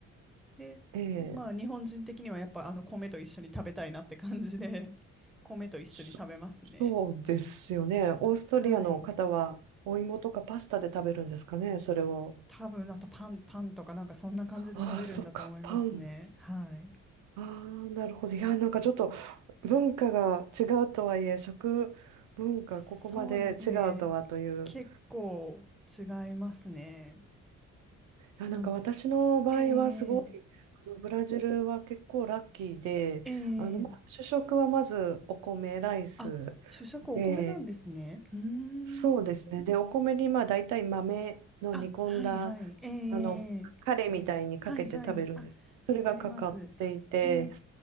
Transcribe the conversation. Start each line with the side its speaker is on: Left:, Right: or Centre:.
Centre: で、
Right: ええ。
Centre: まあ日本人的にはやっぱあの米と一緒に食べたいなって感じで、<laughs> 米と一緒に食べますね。
Right: そそうですよね。オーストリアの方はお芋とかパスタで食べるんですかね、
Centre: はい。
Right: それを。
Centre: 多分あとパン、パンとかなんかそんな感じで食べるんだと思いますね。
Right: ああ、そっか、パン。
Centre: はい。
Right: ああ、なるほど。いや、なんかちょっと文化が違うとはいえ、食文化ここまで違うとはという。
Centre: そうですね。結構違いますね。
Right: いや、
Centre: なんで、
Right: なんか私の場合はすごい、
Centre: ええ
Right: あのブラジルは結構ラッキーで、
Centre: ええ
Right: あの、まあ、主食はまずお米、ライス
Centre: あ、主食お米なんですね。
Right: で、
Centre: うーん。
Right: そうですね。で、お米にまあ大体豆の煮込んだ
Centre: あ、はいはい。え
Right: あのカレーみたいにかけて食べるんです。
Centre: えはいはい。あ、
Right: それがかかっていて、
Centre: わかります。え